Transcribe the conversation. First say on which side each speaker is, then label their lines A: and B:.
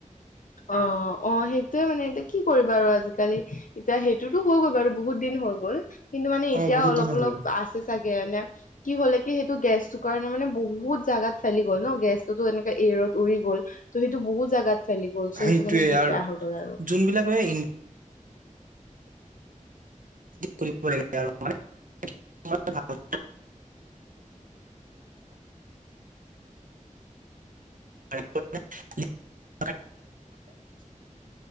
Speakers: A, on the left; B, on the right.
A: অ অ সেইটোৱে মানে এতিয়া কি কৰিবা আৰু আজিকালি এতিয়া সেইটোতো হৈ গ'ল বাৰু বহুত দিন হৈ গ'ল কিন্তু মানে এতিয়া
B: অ' বহুত
A: অলপ
B: দিন হৈ
A: অলপ
B: গ'ল
A: আছে কে এনে কি হ'লে কি সেইটো গেছটোৰ কাৰণে মানে বহুত জাগাত ফেলি গ'ল ন গেছটোতো এনেকা এৰত উৰি গ'ল ত সেইটো বহুত জাগাত ফেলি গ'ল চ'
B: সেইটোয়ে
A: সেইটো মানে বহুত
B: আৰু
A: বেয়া হৈ গ'ল আৰু
B: যোনবিলাকে ই কৰিব লাগে আৰু মানে তোমাৰ <unintelligible> <unintelligible>